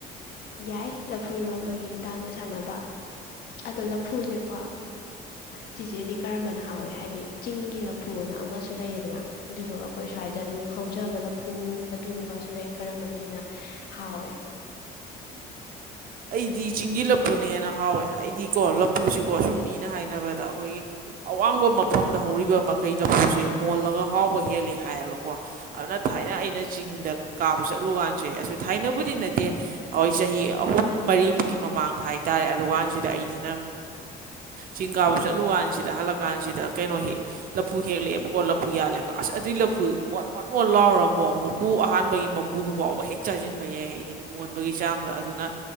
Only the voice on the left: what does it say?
ꯌꯥꯏ ꯂꯐꯨ ꯏꯔꯣꯟꯕꯒꯤ ꯃꯇꯥꯡꯗ ꯁꯥꯟꯅꯕ ꯑꯗꯣ ꯂꯐꯨꯁꯦꯀꯣ ꯆꯤꯆꯦꯗꯤ ꯀꯔꯝꯕꯅ ꯍꯥꯎꯋꯦ ꯍꯥꯏꯕꯗꯤ ꯆꯤꯡꯒꯤ ꯂꯐꯨꯅ ꯑꯃꯁꯨ ꯂꯩꯌꯦꯗꯅ ꯑꯗꯨꯗꯨꯒ ꯑꯩꯈꯣꯏ ꯁ꯭ꯋꯥꯏꯗ ꯑꯗꯨꯝ ꯍꯧꯖꯕ ꯂꯐꯨ꯫ ꯑꯗꯨꯒꯨꯝꯕꯁꯨ ꯂꯩ ꯀꯔꯝꯕꯅ ꯍꯦꯟꯅ ꯍꯥꯎꯋꯦ꯫